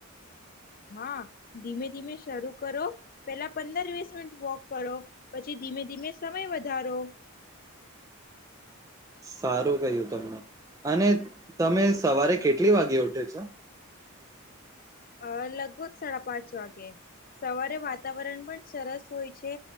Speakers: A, on the left; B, on the right.
A: હા ધીમે ધીમે શરૂ કરો પેલા પંદર વીસ મિનિટ વોક કરો પછી ધીમે ધીમે સમય વધારો
B: સારું કહ્યું તમને અને તમે સવારે કેટલી વાગે ઉઠો છો.
A: અ લગભગ સાડા પાંચ વાગે સવારે વાતાવરણ પણ સરસ હોય છે